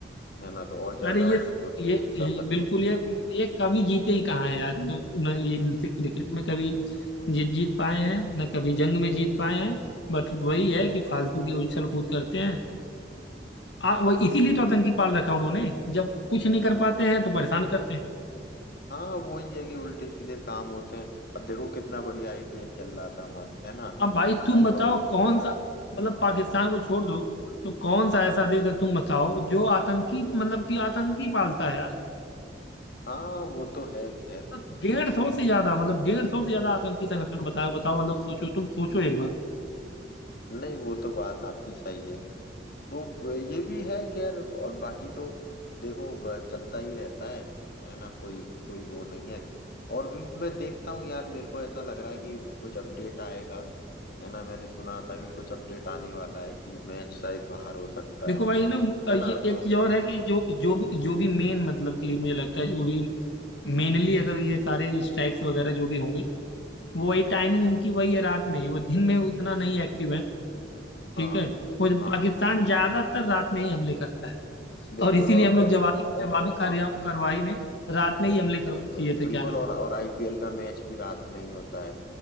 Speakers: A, on the left; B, on the left.
A: है ना तो और ज्यादा
B: अरे ये
A: सोचेंगे
B: सब ये
A: ये सब
B: ये
A: करने
B: बिल्कुल
A: की
B: ये ये कभी जीते ही कहाँ है यार न, न ये इनसे क्रिकेट में कभी जीत जीत पाए हैं न कभी जंग में जीत पाए हैं बट वही है कि फालतू के उछल कूद करते हैं आ,
A: हाँ
B: वो इसीलिए
A: वही
B: तो आतंकी
A: है
B: पाल रखा उन्होंने जब कुछ नहीं कर पाते हैं तो परेशान करते हैं
A: हाँ वही है कि उल्टे सीधे काम होते हैं अब देखो कितना बढ़िया आईपीएल चल रहा था मस्त है ना
B: अब भाई तुम
A: और
B: बताओ
A: वो रोक
B: कौन
A: दिया
B: सा मतलब पाकिस्तान को छोड़ दो तो कौन सा ऐसा देश है तुम बताओ जो आतंकी मतलब कि आतंकी पालता है यार
A: हाँ वो तो है खैर
B: मतलब डेढ़ सौ से ज्यादा मतलब डेढ़ सौ से ज्यादा आतंकी संगठन बताओ बताओ मतलब सोचो तुम सोचो एक बार
A: नहीं वो तो बात आपकी सही है तो ये भी है कि यार और बाकी तो देखो ब- चलता ही रहता है है ना कोई कोई वो नहीं है और भी मैं देखता हूँ यार मेरे को ऐसा लग रहा है कि कुछ अपडेट आएगा है ना मैंने सुना था कि कुछ अपडेट आने वाला है कि मैच शायद बाहर हो सकता
B: देखो
A: है
B: भाई ना मु-
A: है
B: ये
A: ना तो
B: एक चीज और है कि जो जो भी जो भी मेन मतलब कि मुझे लगता है जो भी मेनली अगर ये सारे स्ट्राइक्स वगैरह जो भी होंगे वो वही टाइमिंग उनकी वही है रात में ही वो दिन में उतना नहीं एक्टिव है
A: हाँ
B: ठीक है वो
A: हाँ
B: पाकिस्तान ज्यादातर रात में ही हमले करता है
A: बिल्कुल
B: और इसीलिए
A: और
B: हम
A: और,
B: लोग जवाबी जवाबी
A: और
B: कार्य
A: हाँ बिल्कुल
B: कार्रवाई में रात में ही हमले कर,
A: बिल्कुल
B: किए
A: बिल्कुल
B: थे क्या नाम
A: और
B: है
A: और आईपीएल का मैच भी रात में ही होता है